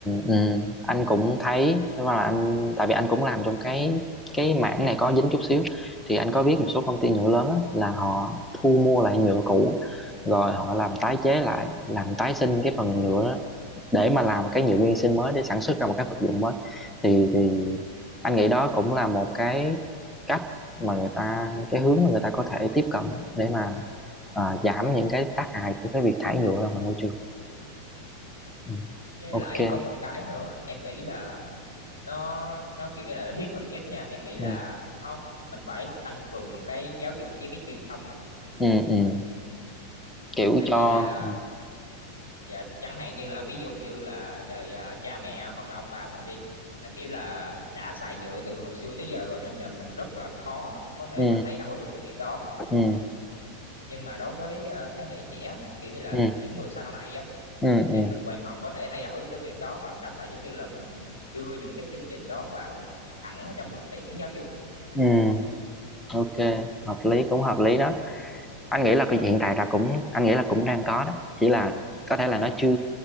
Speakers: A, in the centre; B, on the left.
A: ừ, anh cũng thấy tức là anh tại vì anh cũng làm trong cái cái mảng này có dính chút xíu thì anh có biết một số công ty nhựa lớn á, là họ thu mua lại nhựa cũ rồi họ làm tái chế lại làm tái sinh cái phần nhựa để mà làm cái nhựa nguyên sinh mới để sản xuất ra một cái vật dụng mới thì thì anh nghĩ đó cũng là một cái cách mà người ta cái hướng mà người ta có thể tiếp cận để mà ờ, giảm những cái tác hại của cái việc thải nhựa ra ngoài môi trường ừ.
B: Với
A: ok
B: lại có một cái nữa, em nghĩ là nó nó kiểu như là nó thiết thực nhất nha, em nghĩ
A: ừ.
B: là nó mình phải tăng cường cái giáo dục với cái truyền thông á.
A: Ừ, ừ. kiểu
B: tại
A: cho
B: vì là
A: ừ.
B: dạ chẳng hạn như là ví dụ như là đời à, cha mẹ hoặc là ông bà mình đi là kiểu là đã xài nhựa từ hồi xưa tới giờ rồi nên nhà mình rất là khó có thể
A: Ừ.
B: mà thay đổi được cái việc đó
A: Ừ.
B: nhưng mà đối với à, thế hệ trẻ kiểu như là
A: Ừ. Ừ.
B: những người sau này á
A: Ừ. Ừ.
B: thì mình hoàn toàn có thể thay đổi được cái việc đó bằng cách là giống như là mình đưa những cái chương trình đó vào thẳng ở trong thực tiễn giáo dục
A: Ừ. ok hợp lý cũng hợp lý đó anh nghĩ là cái hiện tại là cũng anh nghĩ là cũng đang có đó chỉ là có thể là nó chưa